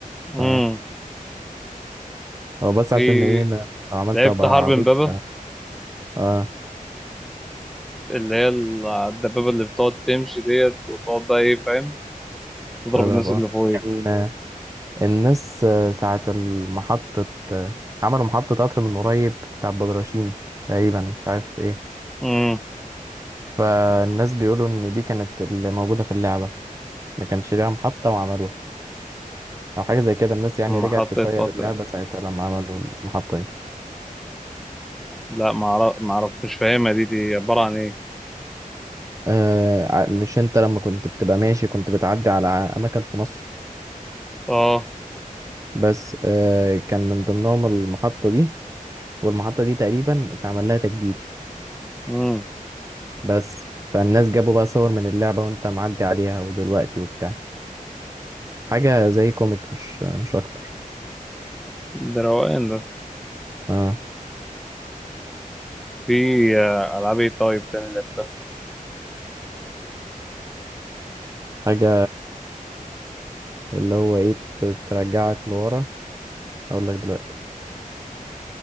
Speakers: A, in the centre; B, on the right.
A: امم
B: ف- هو بس
A: في
B: عشان ايه ما- لو عملت
A: لعبت
B: ابقى
A: حرب
B: عبيط
A: امبابة
B: اه
A: اللي هي الدبابة اللي بتقعد تمشي ديت وتقعد بقى ايه فاهم تضرب
B: تضرب
A: الناس
B: اه
A: اللي فوقك
B: كان آه، الناس آه، ساعة المحطة آه، عملوا محطة قطر من قريب بتاع بدرشين تقريبا مش عارف ايه
A: امم
B: فالناس بيقولوا ان دي كانت اللي موجودة في اللعبة ما كانش ليها محطة وعملوها او حاجة زي كده الناس يعني
A: محطة
B: رجعت تشير
A: قطر
B: اللعبة ساعتها لما عملوا المحطة دي
A: لا ما اعرف ما اعرف مش فاهمها دي دي عبارة عن ايه
B: آه ع- مش انت لما كنت بتبقى ماشي كنت بتعدي على اماكن في مصر
A: اه
B: بس آه كان من ضمنهم المحطة دي والمحطة دي تقريبا اتعمل لها تجديد
A: امم
B: بس فالناس جابوا بقى صور من اللعبة وانت معدي عليها ودلوقتي وبتاع حاجة زي كوميك مش مش اكتر
A: ده روقان ده
B: اه
A: في آه، ألعاب ايه طيب تاني لعبتها
B: حاجة اللي هو ايه ت- ترجعك لورا اقول لك دلوقتي